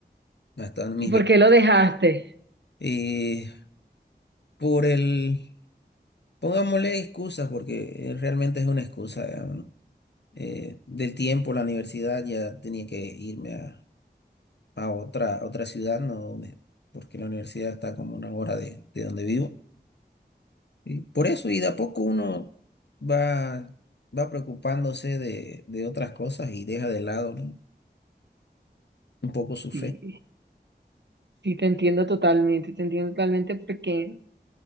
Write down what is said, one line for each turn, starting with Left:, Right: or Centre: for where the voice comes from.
Left: hasta mis
Right: ¿Y por
Left: veinte
Right: qué lo dejaste?
Left: Eh, por el Pongámosle excusas porque eh, realmente es una excusa, digamos, ¿no? Eh, del tiempo, la universidad, ya tenía que irme a, a otra, a otra ciudad, ¿no? Donde- porque la universidad está como una hora de, de donde vivo. Y por eso, y de a poco uno va, va preocupándose de, de otras cosas y deja de lado, ¿no? un poco su
Right: Sí,
Left: fe.
Right: sí, te entiendo totalmente, te entiendo totalmente porque